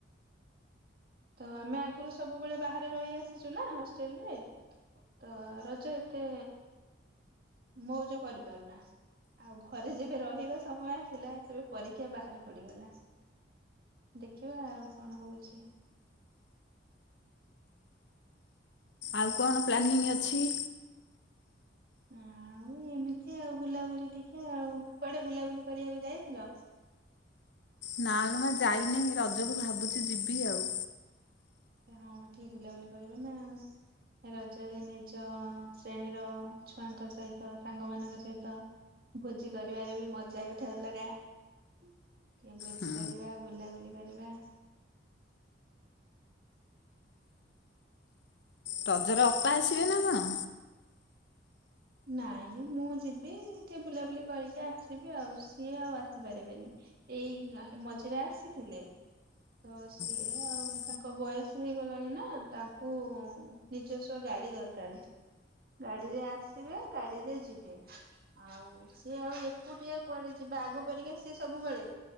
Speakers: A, on the right; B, on the left.
A: ତ ଆମେ ଆଗୁରୁ ସବୁବେଳେ ବାହାରେ ରହି ଆସିଛୁ ନା ହଷ୍ଟେଲ ରେ। ତ ରଜ ଏତେ ମଉଜ କରିପାରୁନା। ଆଉ ଘରେ ଯେବେ ରହିବା ସମୟ ଆସିଲା ସେବେ ପରୀକ୍ଷା ବାହାରେ ପଡିଗଲା। ଦେଖିବା ଆଉ କଣ ହଉଛି।
B: ଆଉ କଣ ପ୍ଲାନିଂ ଅଛି?
A: ଆଉ ଏମିତି ଆଉ ବୁଲାବୁଲି ଟିକେ ଆଉ କୁଆଡେ ବୁଲାବୁଲି କରିବାକୁ ଯାଇଥିଲ?
B: ନାଲୋ ମା ଯାଇନି ରଜକୁ ଭାବୁଛି ଯିବି ଆଉ।
A: ହଁ ଟିକେ ବୁଲାବୁଲି କରିବ ନା। ରଜରେ ନିଜ ଶ୍ରେଣୀର ଛୁଆଙ୍କ ସହିତ ସାଙ୍ଗ ମାନଙ୍କ ସହିତ। ଭୋଜି କରିବାରେ ବି ମଜା ଗୋଟେ ଅଲଗା। ଟିକେ ଭୋଜି
B: ହୁଁ
A: କରିବା ବୁଲାବୁଲି କରିବା।
B: ରଜରେ ଅପା ଆସିବେ ନା କଣ।
A: ନାଇଁ ମୁଁ ଯିବି ଟିକେ ବୁଲାବୁଲି କରିକି ଆସିବି ଆଉ ସିଏ ଆଉ ଆସିପାରିବେନି। ଏଇ ମଝିରେ ଆସିଥିଲେ ତ ସିଏ
B: <inaudible>
A: ଆଉ ତାଙ୍କ ବୟସ ହେଇଗଲାଣି ନା ତାଙ୍କୁ ନିଜସ୍ୱ ଗାଡି ଦରକାରେ। ଗାଡିରେ ଆସିବେ ଗାଡିରେ ଯିବେ। ଆଉ ସିଏ ଆଉ ଏକୁଟିଆ କୁଆଡେ ଯିବା ଆଗ ପରିକା ସିଏ ସବୁବେଳେ।